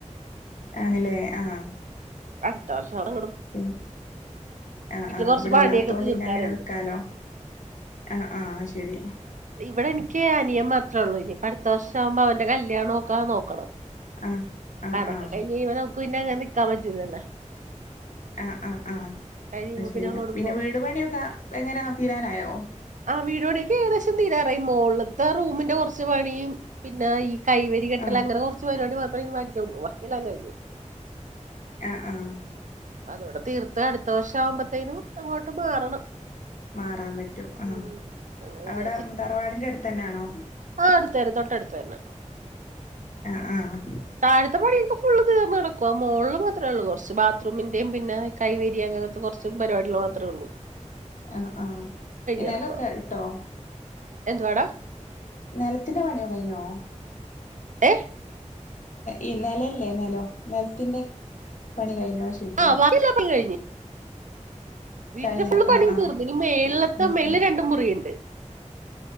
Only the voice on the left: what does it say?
ആണ്ല്ലേ ആഹ്
പി ആഹ് ആഹ്
ഇവിടെല്ലാത്തോണ്ട്
പിന്നങ്ങനെ നിക്കാലോ ആഹ് ആഹ് ആശെരി
ആഹ് ആഹ്
ആഹ്
ആഹ് ആഹ് ആഹ്
അത്ശെരിയാ
പിന്നെ
വീട് പണിയൊക്കെ എങ്ങനെ തീരാനായോ
ആഹ്
ആഹ ആഹ
മാറാൻ പറ്റൂ ആഹ
അവിടെ തറവാടിന്റെ അടുത്തെന്നാണോ
ആ ആഹ
ആഹ ആഹ
നെലൊക്കെ ഇട്ടോ
നിലത്തിന്റെ പണിയോ കഴിഞ്ഞോ
ഈ നിലല്ലേ ന്നലം നലത്തിന്റെ പണി കഴിഞ്ഞോ ചോയിക്കാ
കഴിഞ്ഞ്
ആഹ് ആഹ്
ഇനിയിപ്പോ